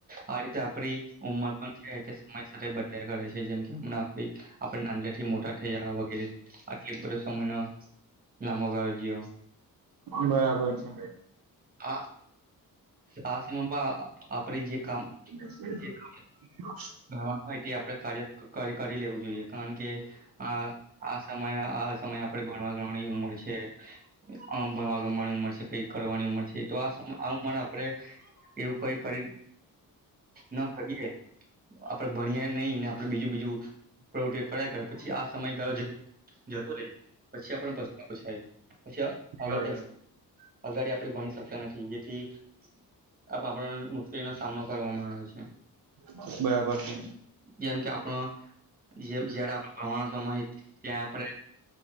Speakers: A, on the right; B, on the right.
A: આ રીતે આપડી ઉમર પણ છે તે બન્ને કરે છે જેમ હમણા આપડે આપણે અંદરથી મોટા નાંદડા થી મોટા થયાના વગેરે એના લાંબાગાળે જે
B: બરાબર છે.
A: હા આ સમયમાં આપડ જે કામ
B: <unintelligible>
A: જે કામ કરવાનું હોય તે આપડે કાર્ય કરી લેવું જોઈએ કારણ કે આ આ સમય આ સમયે આપડે ભણવા ગણવાની ઉંમર છે આ ભણવા ઉંમર ઉંમર છે કઈ કરવાની ઉંમર છે આ ઉંમરે આપડે એવું કઈ કરી ન કરીએ આપડે ભણીએ નહી ને આપડે બીજું બીજું પ્રવૃતિ કરે પછી આ સમય ગયો જતો રહે પછી આપડે પસ્તાવો થાય પછી આગળ
B: બરાબર
A: જ અગાડી આપડ ભણી શક નથી જેથીને મુશ્કેલીનો સામનો કરવામાં આવે છે.
B: છે
A: જેમ કે આપડ જેમ જયારે ભણવાનો સમય ત્યાં આપડે